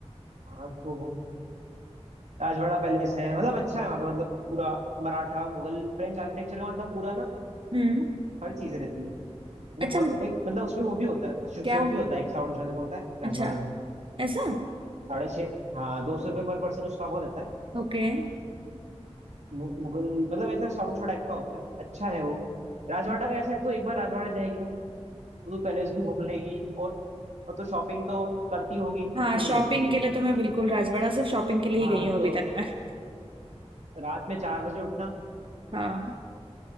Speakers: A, on the right; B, on the right.
A: हाँ तो राजवाड़ा पैलेस है मतलब अच्छा है वहाँ पे मतलब पूरा मराठा मुगल फ्रेंच आर्किटेक्चर का मतलब पूरा ना
B: हम्म
A: हर चीज रहती है मतलब
B: अच्छा
A: बहुत एक मतलब उसमें वो भी होता है शो, शो
B: क्या
A: भी होता है एक साउंड शो देखो होता है राजवाड़ा
B: अच्छा
A: में
B: ऐसा
A: साढ़े छः हाँ दो सौ रुपये पर पर्सन उसका वो रहता है
B: ओके
A: मु, मुगल मतलब ऐसा साउंड शो टाइप का होता है अच्छा है वो राजवाड़ा
B: हम्म
A: का ऐसा है तो एक बार राजवाड़ा जाएगी ना तो तू पैलेस भी घूम लेगी और, और तो शॉपिंग तो करती होगी
B: हाँ
A: कि नहीं
B: शॉपिंग
A: करती होगी
B: के लिए तो मैं बिल्कुल राजवाड़ा सिर्फ शॉपिंग के लिए
A: हाँ
B: ही गई हूँ
A: तो
B: अभी तक मैं <laughs>
A: रात में चार बजे उठना
B: हाँ